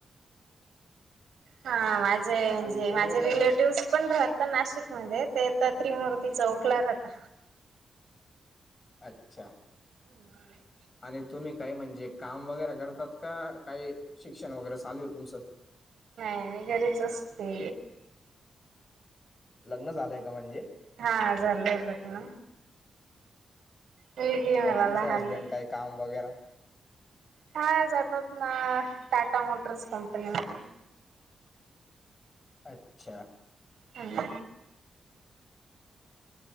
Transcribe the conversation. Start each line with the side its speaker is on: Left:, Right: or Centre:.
Right: हा माझे म्हणजे
Left: आणि तुम्ही
Right: माझे
Left: म्हण
Right: रिलेटिव्हस पण राहत नाशिक मध्ये ते तर त्रिमूर्ती चौकला न होता
Left: अच्छा
Right: हम्म
Left: आणि तुम्ही काय म्हणजे काम वगैरे करतात का काही शिक्षण वगैरे चालू आहे तुमचं
Right: नमी घरीच असते
Left: लग्न झालंय का म्हणजे
Right: हा झालंय लग्न मुलगी आहे
Left: मग
Right: मला
Left: तुमचे
Right: लहाानले
Left: हसबेंड काय काम वगैरे
Right: हा जातात ना टाटा मोटर्स कंपनी म
Left: अच्छा
Right: हम्